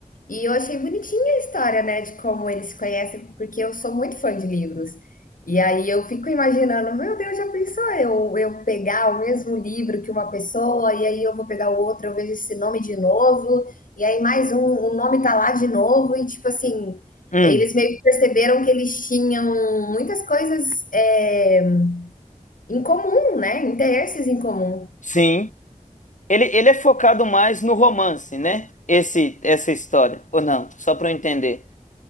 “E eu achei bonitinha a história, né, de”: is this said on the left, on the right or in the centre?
Left